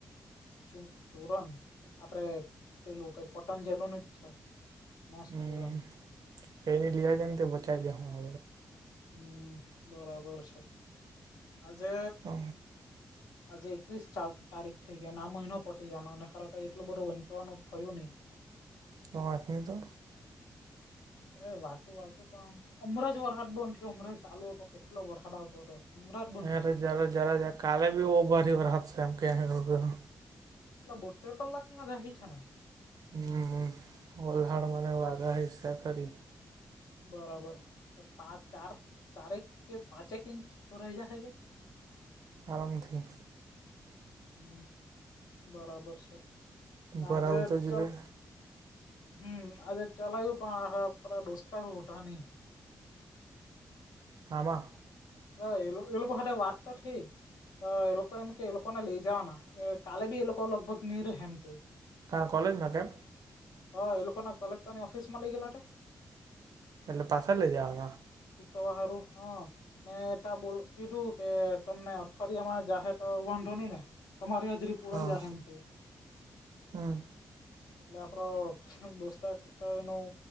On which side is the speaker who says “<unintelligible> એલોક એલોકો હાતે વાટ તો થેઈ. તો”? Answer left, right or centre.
Left